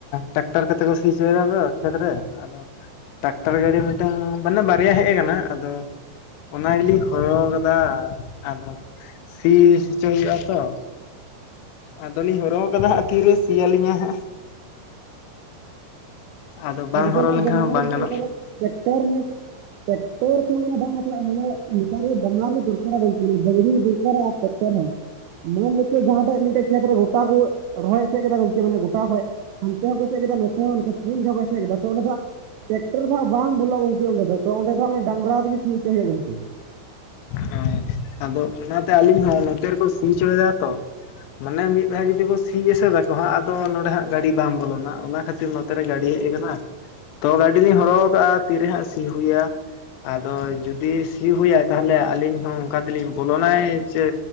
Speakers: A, on the left; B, on the right.
A: ᱴᱨᱟᱠᱴᱚᱨ ᱠᱟᱛᱮ ᱠᱚ ᱥᱤ ᱦᱚᱪᱚᱭᱫᱟ ᱫᱚ ᱠᱷᱮᱛ ᱨᱮ, ᱟᱫᱚᱼᱼ ᱴᱟᱠᱴᱟᱨ ᱜᱟᱺᱰᱤ ᱢᱤᱫᱴᱟᱝ ᱢᱟᱱᱮ ᱵᱟᱨᱭᱟ ᱦᱮᱡ ᱟᱠᱟᱱᱟ ᱟᱫᱚ ᱚᱱᱟ ᱜᱮᱞᱤᱤᱧ ᱦᱚᱨᱚᱦᱚᱼᱼ ᱠᱟᱫᱟ ᱟᱫᱚ ᱥᱤ ᱦᱚᱪᱚᱭ ᱦᱩᱭᱩᱜᱼᱟ ᱛᱚ ᱾ ᱟᱫᱚᱞᱤᱧ ᱦᱚᱨᱦᱚ ᱟᱠᱟᱫᱟ ᱦᱟᱸᱜ ᱛᱤᱨᱮ ᱥᱤᱭᱟᱹᱞᱤᱧᱟ ᱦᱟᱸᱜ ᱾ ᱟᱫᱚ ᱵᱟᱝ
B: ᱮᱠᱫᱚᱢ
A: ᱦᱚᱨᱚ
B: ᱮᱠᱫᱚᱢ
A: ᱞᱮᱱᱠᱷᱟᱱ ᱦᱚᱸ
B: <unintelligible>
A: ᱵᱟᱝ ᱜᱟᱱᱚᱜᱼᱟ
B: ᱴᱮᱠᱴᱟᱨ ᱢᱮ ᱾ ᱴᱮᱠᱴᱚᱨ ᱛᱮᱦᱚᱸ ᱢᱟᱱᱮ ᱵᱟᱝ ᱵᱟᱛᱟᱣᱟᱜ-ᱟ ᱢᱟᱱᱮ ᱱᱮᱛᱟᱨ ᱫᱚ ᱵᱟᱱᱟᱨ ᱜᱮ ᱫᱚᱨᱠᱟᱨᱟ ᱜᱚᱢᱠᱮ ᱢᱟᱱᱮ ᱰᱟᱝᱨᱤ ᱦᱚᱸ ᱫᱚᱨᱠᱟᱨᱟᱜᱼᱟ ᱾ ᱴᱮᱠᱴᱚᱨ ᱦᱚᱸ ᱾ ᱢᱟᱱᱞᱚᱠᱮ ᱡᱟᱦᱟᱸᱴᱟᱜ ᱢᱤᱫᱴᱮᱡ ᱠᱷᱮᱛ ᱨᱮ ᱜᱚᱴᱟ ᱠᱚ ᱨᱚᱦᱚᱭ ᱮᱥᱮᱫ ᱠᱮᱫᱟ ᱜᱚᱝᱠᱮ ᱢᱟᱱᱮ ᱜᱚᱴᱟ ᱠᱷᱚᱡᱼᱼ ᱦᱟᱱᱛᱮ ᱦᱚᱸ ᱠᱚ ᱮᱥᱮᱫ ᱠᱮᱫᱟ ᱱᱚᱛᱮ ᱦᱚᱸ ᱱᱚᱛᱮ ᱯᱩᱱ ᱡᱷᱚᱠᱼᱼ ᱠᱮᱫ ᱛᱚ ᱫᱚ ᱦᱟᱸᱷ ᱴᱮᱠᱴᱚᱨ ᱫᱚ ᱦᱟᱸᱜ ᱵᱟᱝ ᱵᱚᱞᱚᱜᱼᱟ ᱜᱚᱢᱠᱮ ᱚᱸᱰᱮ ᱫᱚ, ᱛᱚ ᱚᱸᱰᱮ ᱫᱚ ᱦᱟᱸᱜ ᱰᱟᱝᱨᱟ ᱛᱮᱜᱮ ᱥᱤ ᱦᱚᱪᱚᱭ ᱦᱩᱭᱩᱜᱼᱟ ᱜᱚᱢᱠᱮ ᱾
A: ᱦᱳᱭ ᱟᱫᱚ ᱚᱱᱟᱛᱮ ᱟᱹᱞᱤᱧ ᱦᱚᱸ ᱱᱚᱛᱮ ᱨᱮᱠᱚ ᱥᱤ ᱦᱚᱪᱚᱭᱫᱟ ᱛᱚ ᱾ ᱢᱟᱱᱮ ᱢᱤᱫ ᱫᱷᱟᱣ ᱡᱩᱫᱤ ᱠᱚ ᱥᱤ ᱮᱥᱮᱫᱟᱠᱚ ᱦᱟᱸᱜ ᱟᱫᱚ ᱱᱚᱰᱮ ᱦᱟᱸᱜ ᱜᱟᱺᱰᱤ ᱵᱟᱝ ᱵᱚᱞᱚᱱᱟ ᱚᱱᱟ ᱠᱷᱟᱹᱛᱤᱨᱼᱼ ᱛᱮ ᱨᱮ ᱜᱟᱹᱰᱤ ᱦᱮᱡ ᱟᱠᱟᱱᱟ ᱛᱚ ᱜᱟᱺᱰᱤ ᱞᱤᱧ ᱦᱚᱨᱚ ᱟᱠᱟᱫᱼᱟ ᱛᱤᱨᱮ ᱦᱟᱸᱜ ᱥᱤ ᱦᱩᱭᱟ ᱾ ᱟᱫᱚ ᱡᱩᱫᱤ ᱥᱤ ᱦᱩᱭᱟᱭ ᱛᱟᱦᱚᱞᱮ ᱟᱹᱞᱤᱧ ᱦᱚᱸ ᱚᱱᱠᱟ ᱛᱮᱞᱤᱧ ᱵᱚᱞᱚᱱᱟᱭ ᱡᱮᱼᱼ